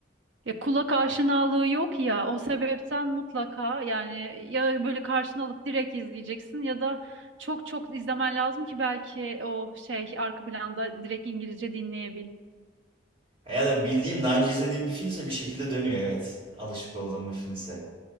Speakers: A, on the right; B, on the right.
A: Ya kulak aşinalığı yok ya o sebepten mutlaka yani ya böyle karşına alıp direkt izleyeceksin ya da çok çok izlemen lazım ki belki o şey arka planda direkt İngilizce dinleyebil.
B: Ya da bildiğim daha önce izlediğim bir filmse bir şekilde dönüyor evet. Alışık olduğum bir filmse.